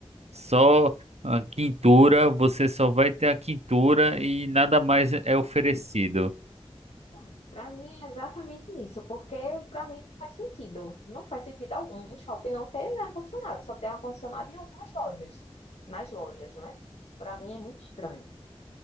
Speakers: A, on the right; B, on the left.
A: só ah, quintura, você só vai ter a quintura e nada mais é oferecido.
B: Pronto. Para mim é exatamente isso, porque para mim não faz sentido. Não faz sentido algum o shopping não ter ar-condicionado, só ter ar-condicionado em algumas lojas, nas lojas, né? Para mim é muito estranho.